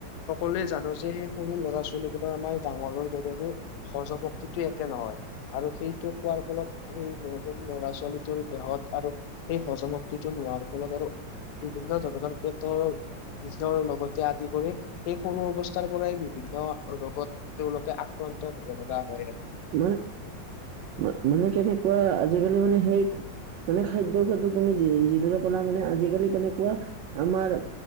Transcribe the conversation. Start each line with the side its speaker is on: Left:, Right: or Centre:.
Left: সকলোৱে জানো যে সেই সৰু ল'ৰা-ছোৱালীবোৰৰ আমাৰ ডাঙৰৰ দৰেৰো হজম শক্তিটো একে নহয়। আৰু সেইটো খোৱাৰ ফলত সেই সৰু ল'ৰা-ছোৱালীটোৰ দেহত আৰু সেই সজম শক্তিটো নোহোৱাৰ ফলত আৰু বিভিন্ন ধৰণৰ ক্ষেত্ৰত বিষৰ লগত আদি কৰি সেই সৰু অৱস্থাৰ পৰাই বিভিন্ন ৰোগত তেওঁলোকে আক্ৰান্ত হ'ব লগা হয় আৰু।
Right: মানে, মা-মানে কেনেকুৱা আজিকালি মানে সেই মানে খাদ্যৰ ক্ষেত্ৰত তুমি যি যিদৰে কলা মানে আজিকালি কেনেকুৱা আমাৰ